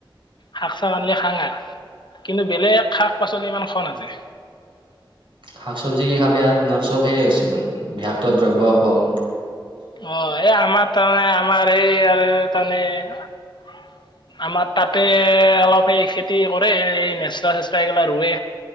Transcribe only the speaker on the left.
শাক চাক আনিলে খাঙাৰ কিন্তু বেলেগ শাক পাচলি ইমান খোৱা নাযায়।
অ', এই আমাৰ তাৰমানে আমাৰ এই আৰু তাৰমানে আমাৰ তাতে অলপ সেই খেতি কৰে এই নেচৰাা চেচা এইগিলা ৰুৱে